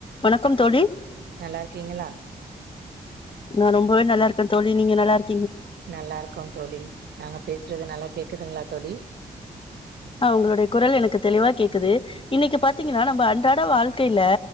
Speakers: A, on the left; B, on the right.
A: வணக்கம் தோழி
B: நல்லா இருக்கீங்களா
A: நான் ரொம்பவே நல்லா இருக்கேன் தோழி நீங்க நல்லா இருக்
B: நல்லா இருக்கும் தோழி நாங்க பேசுறது நல்லா கேக்குதுங்களா தொழி
A: ஹாங் உங்களுடைய குரல் எனக்கு தெளிவா கேக்குது இன்னைக்கு பாத்தீங்கன்னா நம்ம அன்றாட வாழ்க்கையில